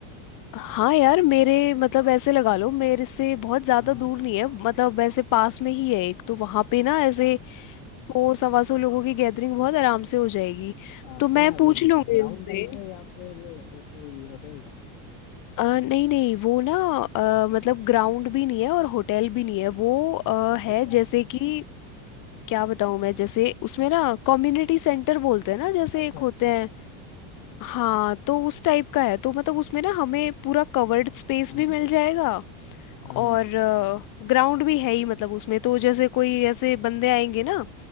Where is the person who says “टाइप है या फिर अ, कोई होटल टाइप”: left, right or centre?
Left